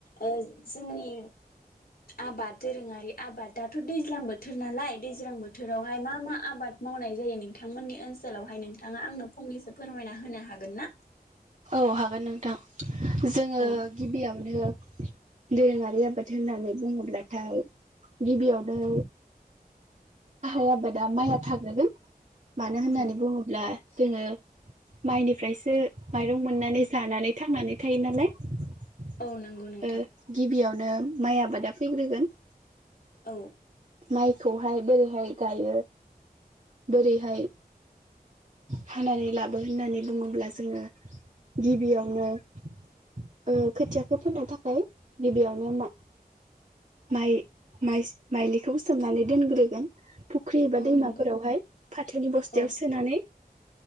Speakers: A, on the left (about 70°); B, on the right (about 50°).
A: ओ जोंनि आबाद दोरोङारि आबाद दाथ' दैज्लां बोथोर नालाय दैज्लां बोथोरावहाय मा मा आबाद मावनाय जायो नोंथांमोननि ओनसोलावहाय नोंथाङा आंनो फंनैसो फोरमायना होनो हागोन ना?
B: औ हागोन नोंथां। जोङो
A: औ
B: गिबियावनो दोरोङारि आबाद होननानै बुङोब्लाथाय गिबियावनो आहाय आबादा माइआ थाग्रोगोन । मानो होननानै
A: बुं
B: बुङोब्ला जोङो माइनिफ्रायसो माइरं मोननानै जानानै थांनानै थायो नालाय ओ
A: औ नंगौ नोंथां
B: गिबियावनो माइ आबादा फैग्रोगोन ।
A: औ।
B: माइखौहाय बोरै हाय गायो बोरैहाय हानानै लाबो होननानै बुङोब्ला जोङो गिबियावनो ओ खोथियाखो फोनो थाखाय गिबियावनो मा माइ-माइस-माइलिखौ सोमनानै दोनग्रोगोन फु ख्रि एबा
A: औ
B: दैमाफोरावहाय
A: नंगौ
B: फाथोनि बस्थायाव
A: औ
B: सोनानै